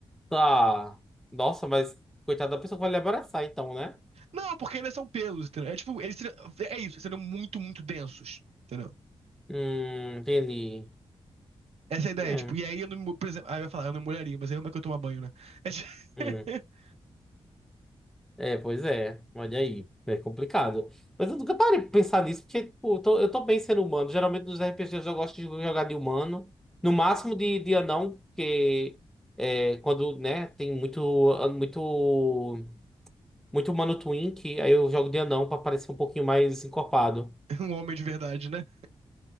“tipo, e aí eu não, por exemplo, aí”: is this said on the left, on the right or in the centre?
Right